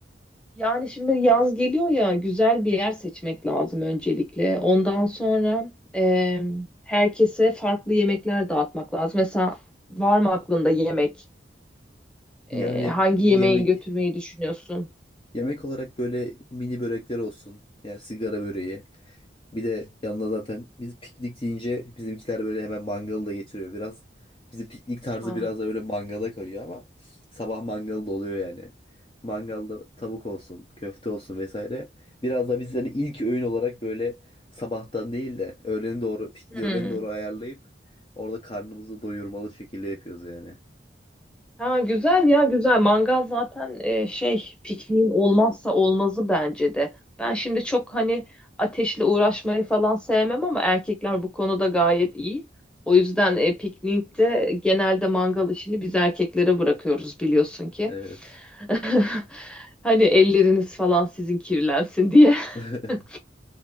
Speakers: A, in the centre; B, on the left.
A: Yani şimdi yaz geliyor ya güzel bir yer seçmek lazım öncelikle. Ondan sonra eee, herkese farklı yemekler dağıtmak lazım. Mesela var mı aklında yemek? Eee,
B: Yani
A: hangi
B: yemek
A: yemeği götürmeyi düşünüyorsun?
B: yemek olarak böyle mini börekler olsun. Yani sigara böreği. Bir de yanına zaten biz piknik deyince bizimkiler böyle hemen mangalı da getiriyor biraz. Bizim piknik tarzı
A: Aa.
B: biraz da böyle mangala kayıyor ama sabah mangalı da oluyor yani. Mangalda tavuk olsun, köfte olsun vesaire. Biraz da biz hani ilk öğün olarak böyle sabahtan değil de öğlene doğru, pikniği
A: Hmm.
B: öğlene doğru ayarlayıp orada karnımızı doyurmalı şekilde yapıyoruz yani.
A: Ha güzel ya güzel. Mangal zaten e, şey pikniğin olmazsa olmazı bence de. Ben şimdi çok hani ateşle uğraşmayı falan sevmem ama erkekler bu konuda gayet iyi. O yüzden e, piknikte genelde mangal işini biz erkeklere bırakıyoruz biliyorsun ki.
B: Evet.
A: <laughs> Hani elleriniz falan sizin kirlensin diye.
B: <laughs>
A: <laughs>